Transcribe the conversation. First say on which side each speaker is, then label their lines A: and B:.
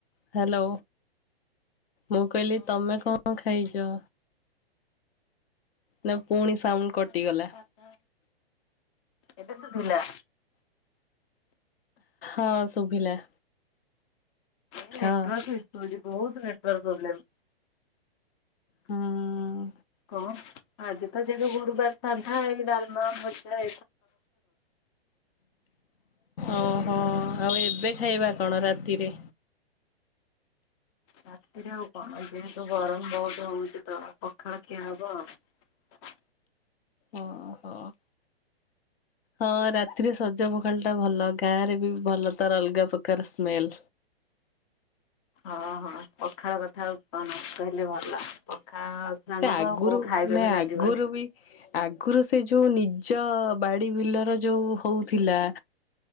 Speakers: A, on the left; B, on the left.
A: ହ୍ୟାଲୋ ମୁଁ କହିଲି
B: ହଁ
A: ତମେ
B: ଶୁଭୁଛି
A: କଣ ଖାଇଛ ନା ପୁଣି ସାଉଣ୍ଡ
B: କଣ
A: କଟିଗଲା
B: ଆଜି ତ ସାଧା ଏବେ ଶୁଭିଲା
A: ଅ ହଁ ଶୁଭିଲା
B: ନେଟୱର୍କ୍
A: ହଁ।
B: ଇସୁ ହେଉଛି। ବହୁତ ନେଟୱର୍କ୍ ପ୍ରୋବ୍ଲେମ୍।
A: ହୁଁ
B: କଣ? ଆଜି ତ ଯଦି ଗୁରୁବାର ସାଧା ଡାଲମା ଭଜା
A: ଓହୋ ଆଉ ଏବେ ଖାଇବା କଣ ରାତିରେ।
B: ରାତିରେ ଆଉ କଣ ଯେହେତୁ ଗରମ ବହୁତ ହଉଛି ତ ପଖାଳଖିଆ ହବ ଆଉ।
A: ଓହୋ ହଁ ରାତିରେ ସଜ ପଖାଳ ଟା ଭଲ ଗାଁ ରେ ବି ଭଲ ତାର ଅଲଗା ପ୍ରକାର ସ୍ମେଲ୍।
B: ଓହୋ ପଖାଳ କଥା ଆଉ କହନା ନ କହିଲେ ଭଲ ପଖାଳ
A: ସେ
B: ସାଙ୍ଗକୁ
A: ଆଗରୁ
B: ଆଉ କୋଉ ଖାଇବା
A: ନା
B: ବି ଲାଗିବନି।
A: ଆଗରୁ ବି ଆଗରୁ ସେ ଯୋଉ ନିଜ ଉଚ୍ଚ ବାଡି ବିଲର ଯୋଉ ହଉଥିଲା।